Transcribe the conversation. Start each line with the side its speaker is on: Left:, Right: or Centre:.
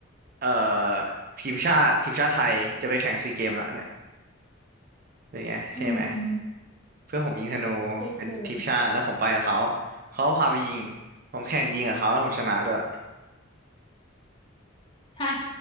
Right: เอ่อทีมชาติทีมชาติไทยจะไปแข่งซีเกมละเนี่ยเป็นไงเท่ไหม
Left: อืม
Right: เพื่อนผมยิงธนูเป็นทีมชาติแล้วผมไปกับเขา
Left: เท่เกิน
Right: เขาพาไปยิงผมแข่งยิงกับเขาแล้วผมชนะด้วย
Left: ฮะ